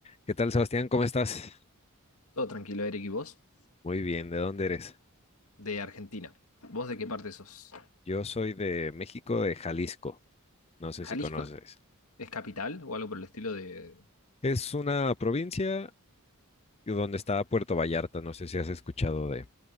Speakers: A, on the left; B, on the left.
A: ¿Qué tal, Sebastián? ¿Cómo estás?
B: Todo tranquilo, Eric, ¿y vos?
A: Muy bien, ¿de dónde eres?
B: De Argentina. ¿Vos de qué parte sos?
A: Yo soy de México, de Jalisco. No sé
B: ¿Jalisco
A: si conoces.
B: es, es capital o algo por el estilo de...
A: Es una provincia donde está Puerto Vallarta. No sé si has escuchado de